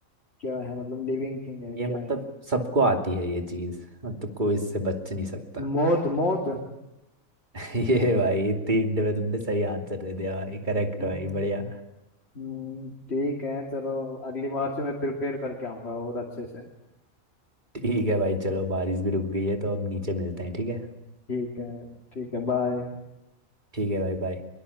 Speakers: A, on the left (about 50°); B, on the right (about 35°).
A: क्या है मतलब लिविंग थिंग है
B: ये
A: क्या
B: मतलब
A: है
B: सबको आती है ये चीज मतलब कोई इससे बच नहीं सकता
A: मौत मौत
B: <laughs> ये भाई इतनी हिंट में तुमने सही आंसर दे दिया भाई करेक्ट
A: हम्म
B: भाई बढ़िया
A: हम्म, ठीक है चलो अगली बार से मैं प्रिपेयर करके आऊंगा और अच्छे से
B: ठीक है भाई चलो बारिश भी रुक गई है तो अब नीचे मिलते हैं ठीक है
A: ठीक है ठीक है बाय
B: ठीक है भाई बाय